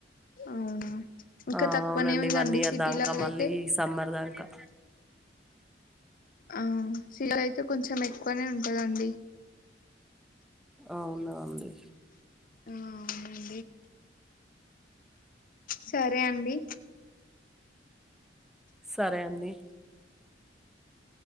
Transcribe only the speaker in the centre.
అవ్
అవునండి
వన్ ఇయర్
దాకా మళ్ళీ
సమ్మర్ దంకా
అవునా అండి
సరే అండి